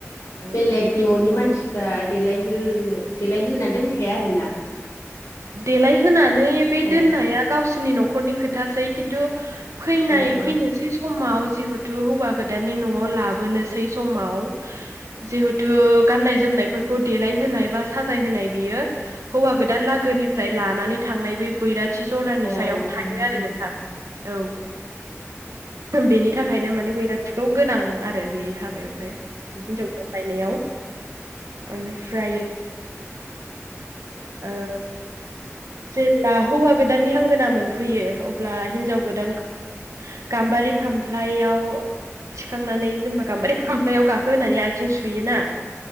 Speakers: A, on the right; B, on the left.
A: औ ओमफ्राय
B: बेलेग न'नि मानसि फ्रा देलायहो देलायहा दोनखाया आरोना।
A: देलायहोनानै बे
B: अ
A: दोननाया गावसिनि न'खरनि खोथासै खिन्थु फैनाय
B: अ अ
A: फैनोसै समाव जिहेथु हौवा गोदाननि न'आव लाबोनोसै समाव जिहेथु गाननाय जोमनायफोरखौ देलायहोनाय बा साजाय होनाय बियो हौवा गोदान लागोनिफ्राय लानानै थांनाय बे बैराथि थि जरानि
B: ओ
A: सायाव थायो आरो
B: उम
A: नोंथां औ बेनि थाखायनो माने बैराथिखौ गोनां आरो बे हाबायावहाय हिनजाव फोरमायनायाव ओनिफ्राय ओ जेब्ला हौवा गोदाननि लांगोना मोनफैयो ब्ला हिनजाव गोदान गाम्बारि खामफ्लायाव थिखांनानै जेनेबा गाम्बारि फामफ्लायाव गाखो होनानै आथिं सुयोना